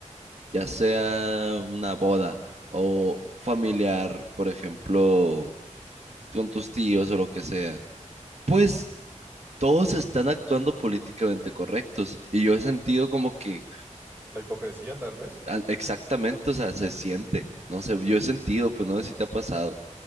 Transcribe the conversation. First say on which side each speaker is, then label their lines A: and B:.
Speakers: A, on the right (about 55°); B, on the right (about 15°).
A: ya sea una boda o familiar, por ejemplo, con tus tíos o lo que sea Pues todos están actuando políticamente correctos y yo he sentido como que
B: ¿La hipocresía, tal vez?
A: an- exactamente, o sea, se siente, no sé, yo he sentido, pues no sé si te ha pasado